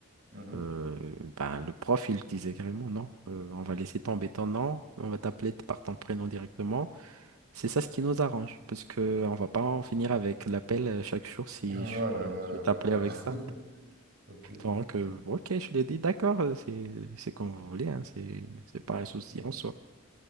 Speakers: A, on the right; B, on the right.
A: Mhm.
B: euh, ben, le prof, il disait carrément, non, euh, on va laisser tomber ton nom, on va t'appeler par ton prénom directement. C'est ça ce qui nous arrange, parce que on va pas en finir avec l'appel euh, chaque jour si
A: Oh
B: je,
A: là là là
B: je vais t'appeler
A: là.
B: avec ça.
A: <laughs> Ok,
B: Donc,
A: ok.
B: euh, ok, je l'ai dit, d'accord, euh, c'est c'est comme vous voulez, hein, c'est c'est pas un souci
A: Mhm,
B: en soi.